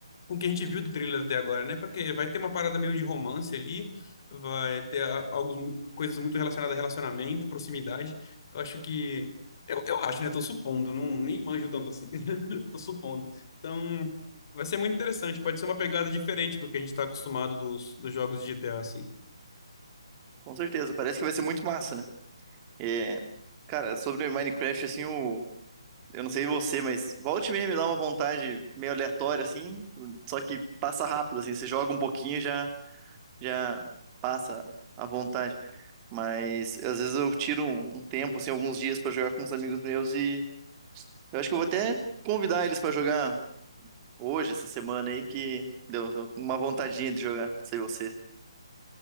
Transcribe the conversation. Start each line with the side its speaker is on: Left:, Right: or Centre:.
Left: com o que a gente viu do trailer até agora, né? Porque vai ter uma parada meio de romance ali, vai ter a- algumas coisas muito relacionadas a relacionamento, proximidade. Eu acho que. Eu, eu acho, né? Tô supondo, não, nem manjo tanto assim. <laughs> Tô supondo. Então, vai ser muito interessante. Pode ser uma pegada diferente do que a gente tá acostumado dos, dos jogos de GTA, assim.
Right: Com certeza. Parece que vai ser muito massa, né? É, cara, sobre Minecraft, assim, o, eu não sei você, mas volte e meia me dá uma vontade meio aleatória, assim. Só que passa rápido, assim. Você joga um pouquinho e já, já passa a vontade. Mas às vezes eu tiro um um tempo, assim, alguns dias pra jogar com uns amigos meus e eu acho que eu vou até convidar eles pra jogar hoje, essa semana aí, que deu deu uma vontadinha de jogar. Não sei você.